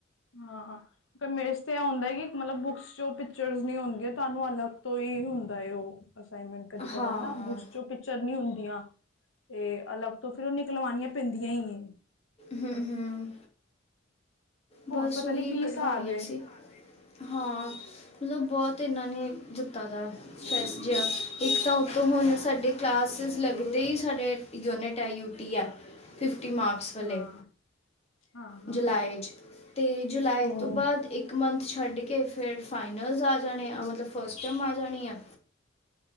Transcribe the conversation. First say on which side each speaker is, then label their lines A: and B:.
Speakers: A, on the left; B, on the left.
A: ਹਾਂ। ਕਮੇਜ਼ ਤੇ ਐ ਹੁੰਦਾ ਈ ਏ ਕਿ ਮਤਲਬ ਬੁਕਸ 'ਚੋਂ ਪਿੱਚਰਸ ਨੀ ਹੋਨਗੀਆਂ, ਤੁਆਨੂੰ ਅਲੱਗ ਤੋਂ ਈ ਹੁੰਦਾ ਏ ਓ। ਅਸਾਈਨਮੈਂਟ ਕਦੀ ਕਵਾਰ
B: ਹਾਂ
A: ਨਾ ਬੁਕਸ 'ਚੋਂ ਪਿੱਚਰ ਨੀ ਹੁੰਦੀਆਂ। ਤੇ ਅਲੱਗ ਤੋਂ ਫਿਰ ਓ ਨਿਕਲਵਾਨੀਆਂ ਪੇਂਦੀਆਂ ਈ ਏ।
B: ਹੂ-ਹੂ।
A: ਹੋਰ
B: ਬਸ
A: ਪਤਾ
B: ਉਹੀ
A: ਨੀ ਕੀ
B: ਕਢਵਾਈਆਂ
A: ਹਿਸਾਬ ਏ।
B: ਸੀ। ਹਾਂ, ਮਤਲਬ ਬੋਤ ਏਨਾਂ ਨੇ ਦਿੱਤਾ ਤਾ ਸਟਰੈਸ ਜਿਆ। ਇੱਕ ਤਾਂ, ਉੱਤੋਂ ਹੁਨ ਸਾਡੇ ਕਲਾਸਿਸ ਲੱਗਦੇ ਈ ਸਾਡੇ ਯੂਨਿਟ ਐ, ਯੂ ਟੀ ਐ, ਫਿਫਟੀ ਮਾਕ ਸ ਵਲੇ
A: ਹਾਂ, ਹਾਂ-ਹਾਂ।
B: ਜੁਲਾਈ 'ਚ ਤੇ ਜੁਲਾਈ
A: ਹੂੰ-ਹੂੰ
B: ਤੇ ਬਾਦ ਇੱ ਕ ਮੰਥ ਛੱਡ ਕੇ ਫੇਰ ਫਾਈਨਲਸ ਆ ਜਾਨੇ ਆ। ਅ ਮਤਲਬ ਫਸਟ ਟਮ ਆ ਜਾਣੀ ਆ।